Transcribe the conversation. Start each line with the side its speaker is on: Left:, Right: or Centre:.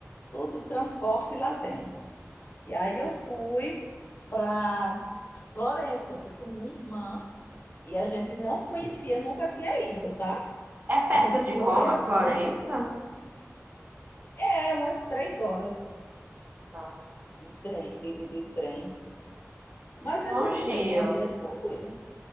Left: Tudo de transporte lá tem. E aí eu fui para Florença, eu fui com minha irmã e a gente não conhecia, nunca tinha ido, tá?
Right: É perto
Left: A gente
Right: de
Left: foi
Right: Roma,
Left: assim,
Right: Florença?
Left: é umas três horas
Right: Não.
Left: de trem, de, de- de trem. Mas é
Right: É longinho.
Left: tranquilo, é uma viagem tranquila.